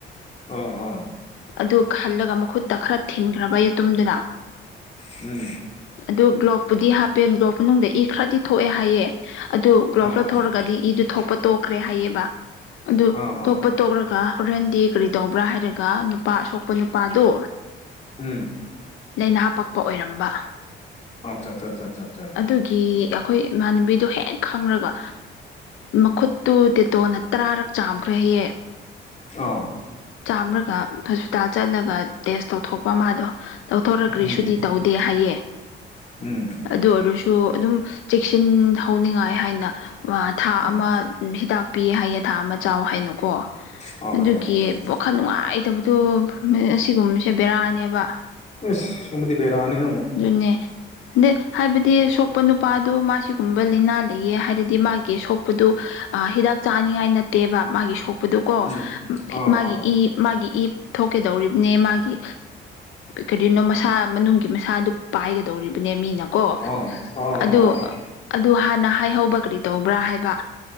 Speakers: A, on the left; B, on the left.
A: ꯑꯣ
B: ꯑꯗꯨ ꯈꯜꯂꯒ ꯃꯈꯨꯠꯇ ꯈꯔ ꯊꯤꯟꯈ꯭ꯔꯕ ꯌꯇꯨꯝꯗꯨꯗ
A: ꯎꯝ
B: ꯑꯗꯨ ꯒ꯭ꯂꯣꯞꯄꯨꯗꯤ ꯍꯥꯞꯄꯦ ꯒ꯭ꯂꯣꯞ ꯃꯅꯨꯡꯗ ꯏ ꯈꯔꯗꯤ ꯊꯣꯛꯑꯦ ꯍꯥꯏꯌꯦ ꯑꯗꯨ ꯒ꯭ꯂꯣꯞ꯭ꯂ
A: ꯑꯥ ꯑꯥ
B: ꯊꯔꯒꯗꯤ ꯏꯗꯨ ꯊꯣꯛꯄ ꯇꯣꯛꯈ꯭ꯔꯦ ꯍꯥꯏꯑꯕ ꯑꯗꯨ
A: ꯑꯥ ꯑꯥ
B: ꯊꯣꯛꯄ ꯍꯥ ꯇꯣꯛꯂꯒ ꯍꯣꯔꯦꯟꯗꯤ ꯀꯔꯤ ꯇꯧꯕ꯭ꯔꯥ ꯍꯥꯏꯔꯒ ꯅꯨꯄꯥ ꯑꯁꯣꯛꯄ ꯅꯨꯄꯥꯗꯣ
A: ꯎꯝ
B: ꯂꯥꯏꯅꯥ ꯄꯛꯄ ꯑꯣꯏꯔꯝꯕ
A: ꯑꯆꯥ ꯑꯆꯥꯆꯥꯆꯥꯆꯥ
B: ꯑꯗꯨꯒꯤ ꯑꯩꯈꯣꯏ ꯏꯃꯥꯟꯅꯕꯤꯗꯨ ꯍꯦꯛ ꯈꯪꯔꯒ ꯃꯈꯨꯠꯇꯨ ꯇꯦꯇꯣꯅ ꯇꯔꯥꯔꯛ ꯆꯥꯝꯈ꯭ꯔ ꯍꯍ
A: ꯑꯥ
B: ꯆꯥꯝ꯭ꯔꯒ ꯍꯣꯁꯄꯤꯇꯥꯜ ꯆꯠꯂꯒ ꯇꯦꯁ ꯇꯧꯊꯣꯛꯄ ꯃꯥꯗꯣ ꯇꯧꯊꯣꯔꯛꯈ꯭ꯔꯔꯤ
A: ꯎꯝ
B: ꯁꯨꯗꯤ ꯇꯧꯗꯦ ꯍꯥꯏꯌꯦ
A: ꯎꯝ
B: ꯑꯗꯨ ꯑꯣꯏꯔꯁꯨ ꯑꯗꯨꯝ ꯆꯦꯛꯁꯤꯟꯍꯧꯅꯤꯡꯉꯥꯏ ꯍꯥꯏꯅ ꯊꯥ
A: ꯎꯝ
B: ꯑꯃ ꯍꯤꯗꯥꯛ ꯄꯤꯌꯦ ꯍꯥꯏꯌꯦ ꯊꯥ ꯑꯃ ꯆꯥꯎ ꯍꯥꯏꯅꯨꯀꯣ
A: ꯑꯣꯀꯦ
B: ꯑꯗꯨꯒꯤ
A: ꯑꯣꯀꯦ ꯎꯝ
B: ꯄꯣꯈꯜ ꯅꯨꯡꯉꯥꯏꯇꯕꯗꯣ ꯑꯁꯤꯒꯨꯝꯕꯁꯦ ꯕꯦꯔꯥꯅꯦꯕ
A: ꯑ ꯁꯨꯝꯕꯗꯤꯕꯔꯑꯅꯤ ꯑꯪ
B: ꯑꯗꯨꯅꯦ ꯑꯗꯩ ꯍꯥꯏꯕꯗꯤ ꯁꯣꯛꯄ ꯅꯨꯄꯥꯗꯣ ꯃꯥ ꯁꯤꯒꯨꯝꯕ ꯂꯥꯏꯅꯥ ꯂꯩꯌꯦ ꯍꯥꯏꯔꯗꯤ ꯃꯥꯒꯤ ꯁ ꯁꯣꯛꯄꯗꯨ ꯍꯤꯗꯥꯛ ꯆꯥꯅꯤꯡꯉꯥꯏ ꯅꯠꯇꯦꯕ ꯃꯥꯒꯤ ꯁꯣꯛꯄꯗꯨꯀꯣ
A: ꯎꯝ ꯑꯥ
B: ꯃꯥꯒꯤ
A: ꯑꯥ
B: ꯏ ꯃꯥꯒꯤ ꯏ ꯊꯣꯛꯀꯗꯧꯔꯤꯕꯅꯦ ꯃꯥꯒꯤ ꯀꯩꯔꯤꯅꯣ ꯃꯁꯥ ꯃꯅꯨꯡꯗ ꯃꯁꯥꯗꯨ ꯄꯥꯏꯒꯗꯧꯔꯤꯕꯅꯦ ꯃꯤꯅꯀꯣ
A: ꯑꯥ ꯑꯥ
B: ꯑ
A: ꯑꯥ ꯑꯥ
B: ꯑꯗꯨ ꯍꯥꯟꯅ ꯍꯥꯏꯍꯧꯕ ꯀꯔꯤ ꯇꯧꯕ꯭ꯔꯥ ꯍꯥꯏꯕ